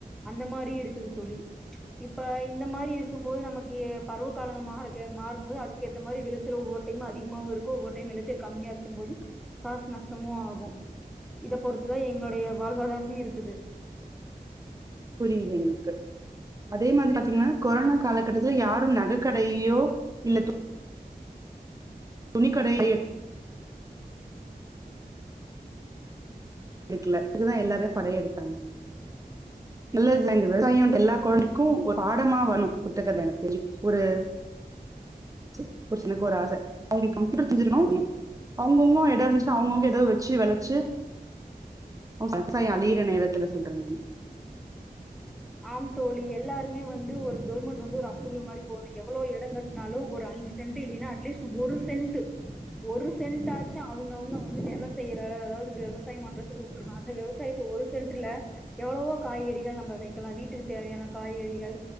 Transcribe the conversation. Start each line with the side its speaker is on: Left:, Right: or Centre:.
Centre: அந்த மாரியும் இருக்குது தொலி இப்ப இந்த மாரி இருக்கும் போது நமக்கு பருவ காலங்க மாற மாறும்போது அதுக்கு ஏத்த மாரி வெளைச்சல் ஒவ்வொர் டைமும் அதிகமாவும் இருக்கும் ஒவ்வொர் டைம் வெளைச்சல் கம்மியா இருக்கும்போது காசு நஷ்டமும் ஆகும் இத பொறுத்துதான் எங்களுடைய வாழ்வாதாரமே இருக்குது
Right: புரியுது எனக்கு அதே மாதிரி பாத்தீங்கன்னா கொரோனா காலகட்டத்துல யாரும் நகைக்கடையோ இல்ல துணி கடைய எடுக்கல இதுதான் எல்லாருமே படைய எடுத்தாங்க நல்ல இ இந்த விவசாயம் எல்லா கொழந்தைக்கும் ஒரு பாடமா வரும் புத்தகத்தில எனக்கு தெரிஞ்சு ஒரு <inaudible> ஒரு சனக்கு ஒரு ஆசை அவங்களுக்கு கம்ப்யூட்டர் தெரின்ஞ்சு அவங்கவுங்க எடம் இரு்சு அவங்கவுங்க ஏதோ வச்சு வெளச்சி விவசாயம் அழியர நேரத்தில பண்றே மா
Centre: ஆம் தோழி எல்லாருமே வந்து கவர்மெண்ட் அப்ரோல் மாறி இடம் கட்டுனாலும் அஞ்சு சென்ட்அட்லீஸ்ட் ஒரு சென்ட் ஒரு சென்ட் ஆச்சு அவங்க அவங்க விவசாயம் பண்றதுக்கு விட்ரனும் விவசாயம் ஒரு சென்ட்ல எவ்வளவோ காய்கறிகள் லாம் வீட்டுக்கு தேவையான காய்கறிகள்